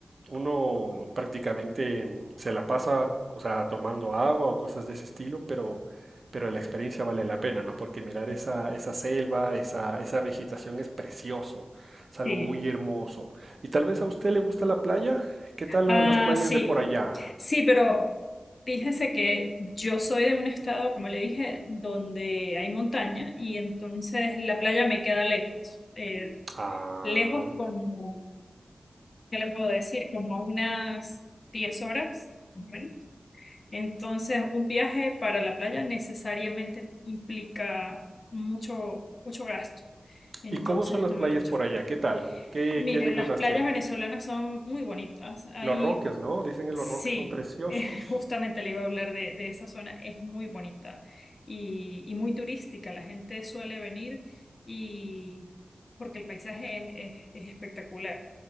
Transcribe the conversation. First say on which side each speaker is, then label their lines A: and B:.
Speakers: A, on the right; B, on the left.
A: uno prácticamente se la pasa, o sea, tomando agua o cosas de ese estilo, pero, pero la experiencia vale la pena, ¿no? Porque mirar esa, esa selva, esa, esa vegetación es precioso, es algo
B: Sí,
A: muy hermoso. Y tal vez a usted le gusta la playa. ¿Qué tal
B: Ah,
A: la- las playas
B: sí,
A: de por allá?
B: sí, pero fíjese que yo soy de un estado, como le dije, donde hay montaña y entonces la playa me queda lejos. Eh,
A: Ah.
B: lejos como, ¿qué le puedo decir? Como unas 10 horas, más o menos. Entonces, un viaje para la playa necesariamente implica mucho, mucho gasto. Entonces,
A: ¿Y cómo son las
B: no
A: playas
B: voy con mucha
A: por
B: frecuencia.
A: allá? ¿Qué tal? ¿Qué,
B: Mire,
A: qué anécdotas
B: las playas
A: tiene?
B: venezolanas son muy bonitas. Hay
A: Los Roques, ¿no? Dicen que
B: Sí,
A: los Roques son preciosos.
B: eh, <laughs> justamente le iba a hablar de, de esa zona. Es muy bonita y, y muy turística. La gente suele venir y porque el paisaje es, es- es espectacular.